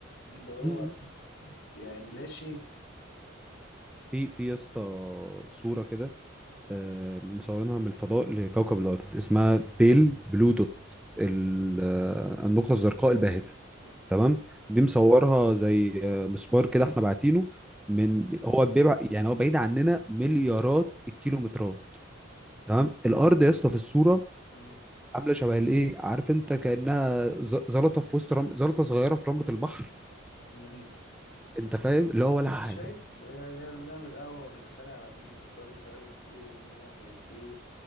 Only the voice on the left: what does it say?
اللي هو
يعني لا شيء
مم،
مم،
مم،
مم،
مم،
مم. <laughs>
شايف
يعني يعني بنعمل قهوة ونتخانق على مين يختار مش عارف ايه ومين يعمل ايه و...